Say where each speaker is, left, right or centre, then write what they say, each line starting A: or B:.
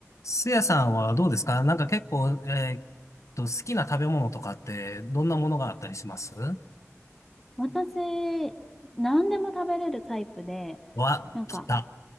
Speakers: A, on the left; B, in the centre.
A: スヤさんはどうですかなんか結構、えーっと、好きな食べ物とかって、どんなものがあったりします
B: 私、何でも食べれるタイプで、
A: わ、
B: なんか
A: 来た。